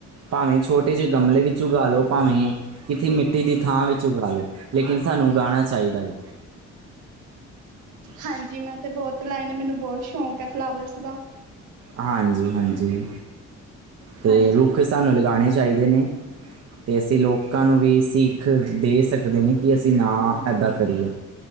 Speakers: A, on the right; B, on the right.
A: ਭਾਵੇਂ ਛੋਟੇ ਜਿਹੇ ਗਮਲੇ ਵਿੱਚ ਉਗਾ ਲੋ ਭਾਵੇਂ ਕਿਥੀ, ਮਿੱਟੀ ਦੀ ਥਾਂ ਵਿੱਚ ਉਗਾ ਲਓ, ਲੇਕਿਨ ਸਾਨੂੰ ਉਗਾਉਣਾ ਚਾਹੀਦਾ ਹੈ।
B: ਹਾਂਜੀ, ਮੈਂ ਤੇ ਬਹੁਤ ਲਾਏ ਨੇ, ਮੈਨੂੰ ਬਹੁਤ ਸ਼ੌਕ ਹੈ, ਫਲਾਵਰਸ ਦਾ।
A: ਹਾਂਜੀ, ਹਾਂਜੀ ਅਤੇ
B: ਹਾਂਜੀ
A: ਰੁੱਖ ਸਾਨੂੰ ਲਗਾਉਣੇ ਚਾਹੀਦੇ ਨੇ। ਅਤੇ ਅਸੀਂ ਲੋਕਾਂ ਨੂੰ ਵੀ ਸੀਖ ਦੇ ਸਕਦੇ ਨੇ, ਕਿ ਅਸੀਂ ਨਾ ਇੱਦਾਂ ਕਰੀਏ।